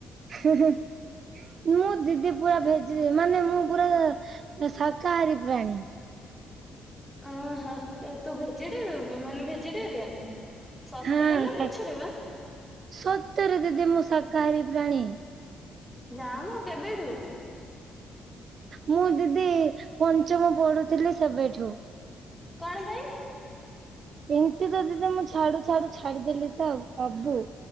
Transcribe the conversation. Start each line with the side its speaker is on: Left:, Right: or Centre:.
Right: ହେ ହେ। ମୋ ଦିଦି ପୁରା ଭେଜେ ମାନେ ମୁଁ ପୁରା ଶାକାହାରୀ ପ୍ରାଣୀ।
Centre: ଓହୋ ଏ ତୁ ଭେଜିଟୁ ମାନେ ଭେଜିଟେରିୟାନ? ସତରେ
Right: ହଁ
Centre: ନା
Right: ଶା
Centre: ମିଛରେ ବା?
Right: ସତରେ ଦିଦି ମୁଁ ଶାକାହାରୀ ପ୍ରାଣୀ।
Centre: ଯାମ କେବେଠୁ?
Right: ମୁଁ ଦିଦି ପଞ୍ଚମ ପଢୁଥିଲି ସେବେଠୁ।
Centre: କଣ ପାଇଁ?
Right: ଏମତି ତ ଦିଦି ମୁଁ ଛାଡୁ ଡୁ ଛାଡୁ ଛାଡିଦେଲି ତ ଆଉ ସବୁ।